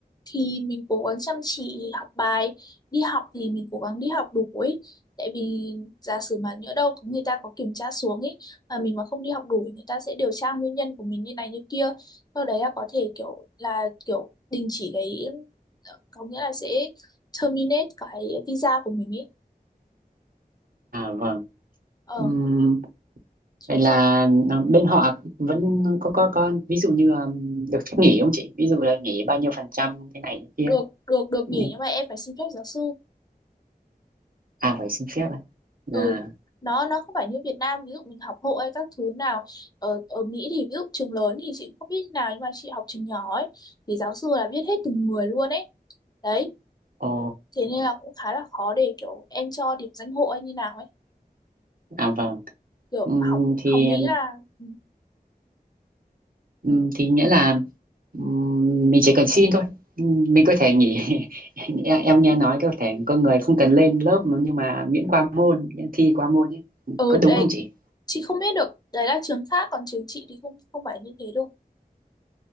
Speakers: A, on the left; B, on the right.
A: thì mình cố gắng chăm chỉ học bài đi học thì mình cố gắng đi học đủ ấy tại vì giả sử mà nhỡ đâu có người ta có kiểm tra xuống ấy mà mình mà không đi học đủ thì người ta sẽ điều tra nguyên nhân của mình như này như kia sau đấy là có thể kiểu là kiểu đình chỉ cái có nghĩa là sẽ terminate cái visa của mình ấy
B: à vâng
A: ờ
B: Ừm, vậy là
A: sợ
B: ờ, bên họ vẫn có có có ví dụ như ờ, được phép nghỉ không chị ví dụ là nghỉ bao nhiêu phần trăm thế này thế kia
A: được
B: ấy.
A: được được
B: Nhưng-
A: nghỉ nhưng mà em phải xin phép giáo sư
B: à phải xin phép à là
A: ừ nó nó không phải như Việt Nam ví dụ mình học hộ hay các thứ nào ở ở Mỹ thì ví dụ trường lớn thì chị cũng không biết như nào nhưng mà chị học trường nhỏ ấy thì giáo sư là biết hết từng người luôn ấy đấy
B: ồ
A: thế nên là cũng khá là khó để kiểu em cho điểm danh hộ hay như nào ấy
B: à vâng
A: kiểu
B: Ừm,
A: học
B: thì
A: học Mỹ là ừ
B: Ừm, thì nghĩa là ừm, mình chỉ cần xin thôi Ừm, mình có thể nghỉ <laughs> em, em nghe nói có thể có người không cần lên lớp mà nhưng mà miễn qua môn miễn thi qua môn ấy
A: Ừ,
B: có đúng
A: đấy
B: không chị
A: chị không biết được đấy là trường khác còn trường chị thì không không phải như thế đâu